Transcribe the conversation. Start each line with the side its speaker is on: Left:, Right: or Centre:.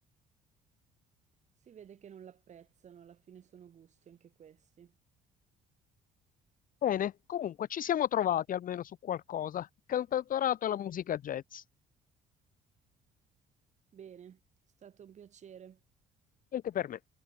Right: Si vede che non l'apprezzano, alla fine sono gusti anche questi.
Left: Bene, comunque ci siamo trovati almeno su qualcosa. Il cantautorato e la musica jazz.
Right: Bene, è stato un piacere.
Left: Anche per me.